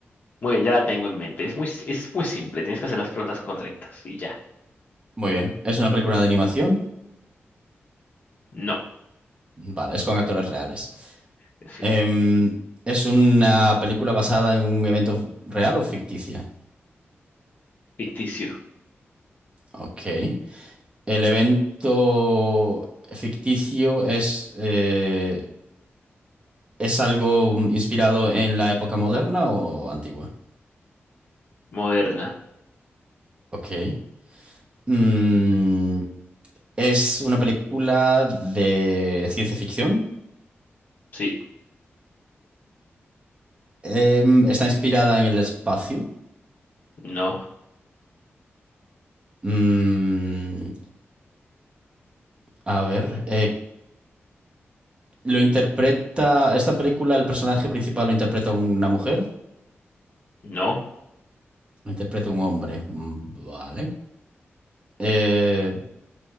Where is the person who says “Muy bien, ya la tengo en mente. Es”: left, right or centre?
Left